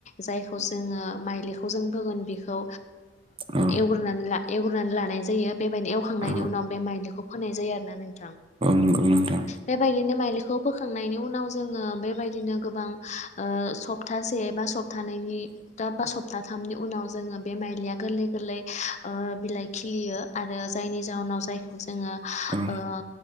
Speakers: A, on the left; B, on the right.
A: जाय खौ जोंङो मायलिखौ जों होगोन बेखौ
B: औ
A: एवग्रोनानै एवग्रोनानै लानाय जायो। बेबायदिनो एवखांनायनि
B: औ
A: उनाव बे माइलिखौ फोनाय जायो आरोना नोंथां।
B: औ नांगौ नोंथां।
A: बेबायदिनो माइलिखौ बोखांनायनि उनाव जोङो बेबायदिनो गोबां सप्तासे बा सप्तानै। <unintelligible> थामनि उनाव जोङो बे माइलिया गोरलै गोरलै बिलाइ खिलियो आरो जायनि जउनाव जायखौ जोङो। जोङो
B: औ